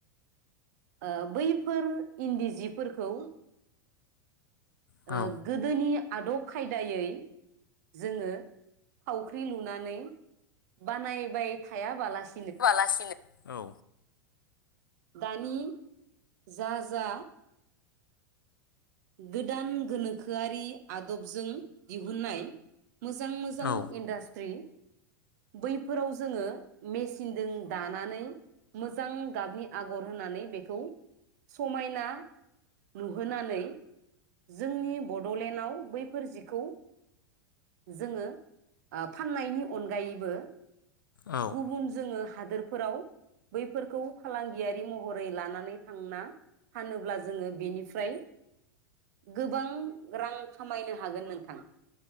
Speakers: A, on the right; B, on the left.
A: ओ बैफोर इन्दि जिफोरखौ ओ
B: औ
A: गोदोनि आदब खायदायै जोङो थावख्रि लुनानै बानायबाय थायाबालासि
B: बालासिनो औ
A: दानि जा जा गोदान गोनोखोआरि आदबजों दिहुननाय मोजां मोजां
B: औ
A: इन्डास्ट्रि बैफोराव जोङो मेसिनजों दानानै मोजां गाबनि आगर होनानै बेखौ समायना नुहोनानै जोंनि बड'लेण्डआव बैफोर जिखौ जोङो ओ फाननायनि अनगायैबो
B: औ
A: गुबुन जोङो हादोरफोराव बैफोरखौ फालांगियारि महरै लानानै थांना फानोब्ला जोङो बेनिफ्राय गोबां रां खामायनो हागोन नोंथां।